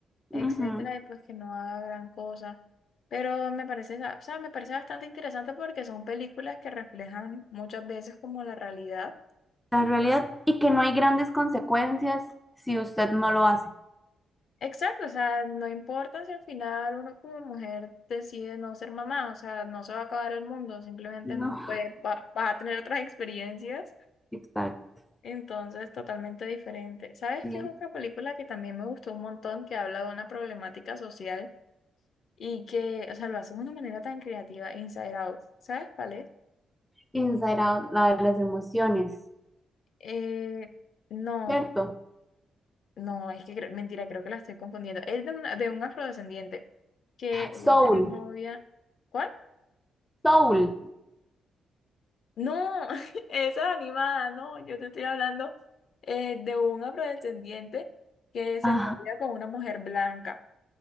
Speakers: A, on the left (about 50°); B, in the centre.
A: etcétera,
B: Ujú.
A: y pues que no haga gran cosa. Pero me parece, o sea, me parece bastante interesante porque son películas que reflejan muchas veces como la realidad.
B: La realidad, y que no hay grandes consecuencias si usted no lo hace.
A: Exacto, o sea, no importa si al final uno como mujer decide no ser mamá, o sea, no se va a acabar el mundo, simplemente
B: No,
A: pues, va- vas a tener otras experiencias,
B: exacto.
A: entonces totalmente diferente. ¿Sabes
B: Sí.
A: qué es otra película que también me gustó un montón, que habla de una problemática social y que, o sea, lo hace de una manera tan creativa, Inside Out? ¿Sabes cuál es?
B: Inside Out, la de las emociones,
A: Eh, no,
B: ¿cierto?
A: no, es que cre- mentira, creo que la estoy confundiendo. Es de, una- de un afrodescendiente que es
B: Soul,
A: de novia. ¿Cuál?
B: Soul.
A: No, <laughs> esa animada, no, yo te estoy hablando eh, de un afrodescendiente que se
B: Ajá,
A: novia con una mujer blanca